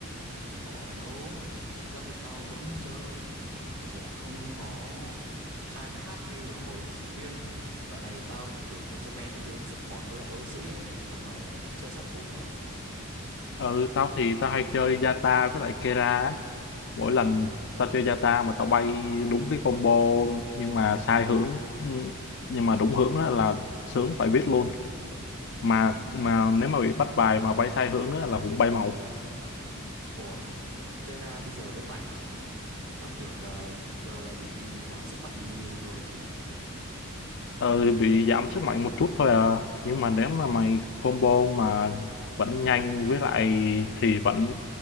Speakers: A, on the right; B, on the left.
A: Có bỏ đâu. Thật ra thì tao vẫn chơi. Chỉ là không có try hard như ở hồi ở sinh viên. Dạo này tao kiểu tao sẽ men tướng support với lại đấu sĩ ấy. Còn mày là vẫn thích chơi sát thủ hả?
B: Ừ, tao thì tao hay chơi Yata với lại Kera á. Mỗi lần tao chơi Yata mà tao bay đúng cái combo nhưng mà sai hướng, ừ, nhưng mà đúng hướng á là sướng phải biết luôn. mà mà nếu mà bị bắt bài mà bay sai hướng á, là cũng bay màu
A: Ủa, Kera bây giờ vẫn mạnh hả? Tao tưởng là giờ là bị giảm sức mạnh nhiều rồi chứ.
B: ờ, bị giảm sức mạnh một chút thôi à nhưng mà nếu mà mày combo mà vẫn nhanh với lại thì vẫn